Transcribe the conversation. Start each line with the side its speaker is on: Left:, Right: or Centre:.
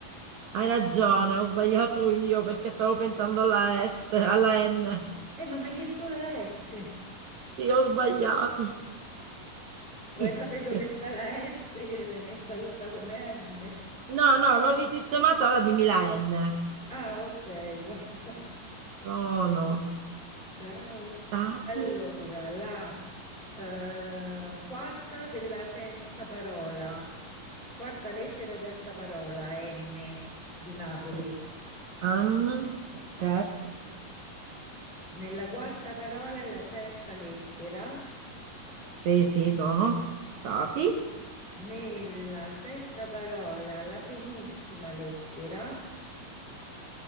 Right: Hai ragione, ho sbagliato io perché stavo pensando alla S, alla N.
Centre: Eh, ma mi hai chiesto la S.
Right: Sì, ho sbagliato.
Centre: Vuoi
Right: Sì,
Centre: sapere
Right: sì.
Centre: dove sta la S che l'hai messa tutta come N?
Right: No, no, l'ho risistemata, ora dimmi la N.
Centre: Ah, ok, vabbè.
Right: Sono
Centre: Ciao.
Right: stati,
Centre: Allora, la eh, quarta della terza parola. Quarta lettera, terza parola, N di Napoli.
Right: no, an, ok.
Centre: Nella quarta parola è la terza lettera,
Right: Sì, sì, sono stati.
Centre: nella sesta parola la penultima lettera,